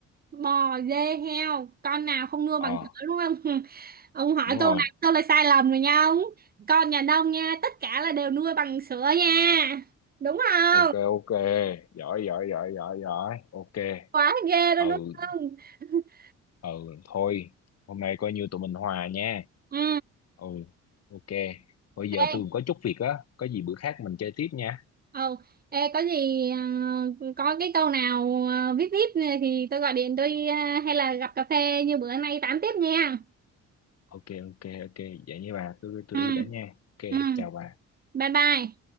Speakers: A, on the right; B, on the left.
A: bò dê heo con nào không nua bằng
B: ờ
A: cửa đúng không <laughs> ông hỏi
B: đúng
A: câu
B: rồi
A: này tôi là sai lầm rồi nha ông con nhà nông nha tất cả là đều nuôi bằng sữa nha đúng không
B: ok ok giỏi giỏi giỏi giỏi giỏi ok
A: quá ghê luôn
B: ừ
A: đúng không <laughs>
B: ừ thôi hôm nay coi như tụi mình hòa nha
A: ừ
B: ừ ok bây giờ
A: ê
B: tôi có chút việc á có gì bữa khác mình chơi tiếp nha
A: ừ ê có gì ờ, có cái câu nào ờ, vip vip này thì tôi gọi điện tôi ờ, hay là gặp cà phê như bữa nay tám tiếp nha
B: ok ok ok vậy như bà tôi tôi
A: ừ
B: đi đã nha ok
A: ừ
B: chào bà
A: bye bye